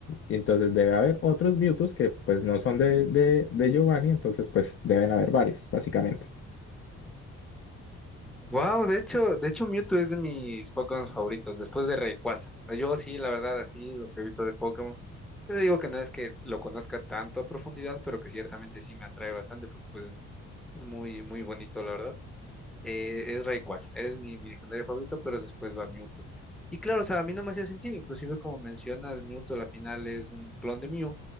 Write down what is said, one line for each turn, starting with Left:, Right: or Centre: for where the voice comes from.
Left: Y entonces debe haber otros Mewtwo que pues no son de, de, de Giovanni, entonces pues deben haber varios, básicamente.
Centre: Wow, de hecho, de hecho Mewtwo es de mis Pokémon favoritos, después de Rayquaza. O sea, yo sí, la verdad, así lo que he visto de Pokémon. Yo te digo que no es que lo conozca tanto a profundidad, pero que ciertamente sí me atrae bastante, porque pues es es muy, muy bonito, la verdad. eh, es Rayquaza, eres mi, mi legendario favorito, pero después va Mewtwo. Y claro, o sea, a mí no me hacía sentido, inclusive como mencionas, Mewtwo a la final es un clon de Mew,